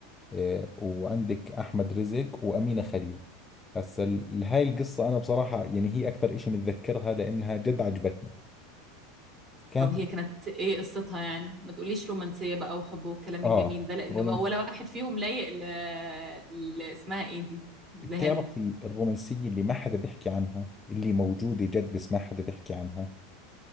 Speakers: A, on the left; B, on the right.
A: آه، وعندك احمد رزق وامينه خليل هسا ال- هاي القصه انا بصراحه يعني هي اكثر إشي متذكرها لانها جد عجبتني كانت
B: طب هي كانت ايه قصتها يعني ما تقوليش رومانسية بقى وحب والكلام
A: اه
B: الجميل ده لان
A: رومانس
B: ما ولا واحد فيهم لايق ل... ل... اسمها ايه دي لهند
A: بتعرفي الرومانسيه اللي ما حدا بيحكي عنها اللي موجوده جد بس ما حدا بيحكي عنها